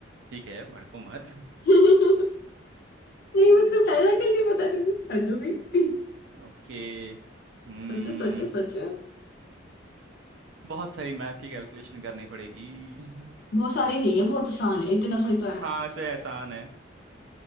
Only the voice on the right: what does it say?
ठीक है भड़को मत
<laughs>
ओके हम्म
बहुत सारी मैथ की कैलकुलेशन करनी पड़ेगी <laughs>
हाँ ऐसे आसान है